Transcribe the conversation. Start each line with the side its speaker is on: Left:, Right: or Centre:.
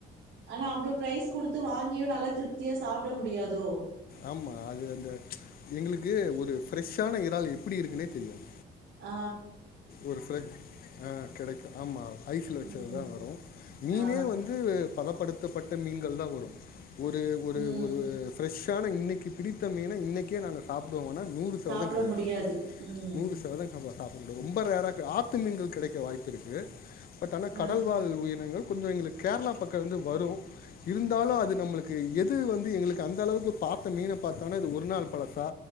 Right: ஆனா அவ்ளோ பாரைஸ் குடுத்து வாங்கியு நல்லா திருப்தியா சாப்ட முடியாதோ
Left: ஆமா அது அந்த எங்களுக்கு ஒரு ஃப்ரெஷ்ஷான இறால் எப்டி இருக்குன்னே தெரியாது
Right: ஆப்
Left: ஒரு ஃப்ர ஆ கெடைக்கு ஆமா ஐஸ்ல வச்சதுதா
Right: ம்
Left: வரும் மீனே
Right: ஆ
Left: வந்து பதப்படுத்தப்பட்ட மீன்கள் தா வரும் ஒரு ஒரு
Right: ம்
Left: ஒரு ஃப்ரெஷ் பட் ஆனா இன்னைக்கு பிடித்த மீன இன்னிக்கே நாங்க சாப்புடுவோமான்ன னு நூறு ரதவீதம் சதவிதம்
Right: சாப்ட
Left: கிடையாது
Right: முடியாது ம்
Left: நூறு சதவிதம் க சாப்பிடக்கூாது ரொம்ப ரேரா ஆத்து மீன்கள் கிடைக்க வாய்ப்பு இருக்கு பட் ஆனா
Right: ஆ
Left: கடல்வாழ் உயிரினங்கள் கொஞ்சோ எங்களுக்கு கேரளா பக்கம் வந்து வரும் இருந்தாலும் அது நம்மளுக்கு எது வந்து எங்களுக்கு அந்த அளவுக்கு பரத்து மீனை பாத்தோன்னே இது ஒரு நாள் பழசா